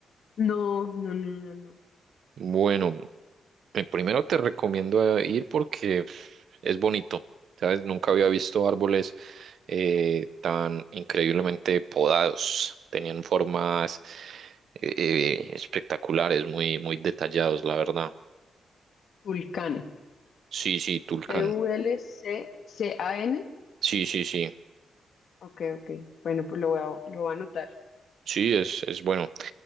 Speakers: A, on the left (about 60°); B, on the right (about 65°).
A: No, no, no, no, no.
B: Bueno, Eh, Primero te recomiendo eh, ir porque pf, es bonito, ¿sabes? Nunca había visto árboles eh, tan increíblemente podados. Tenían formas eh, eh, espectaculares, muy, muy detallados, la verdad.
A: Vulcano.
B: Sí, sí, Tulcán.
A: T-U-L-C-C-A-N.
B: Sí, sí, sí.
A: Ok, ok. Bueno, pues lo voy a, lo voy a anotar.
B: Sí, es, es bueno.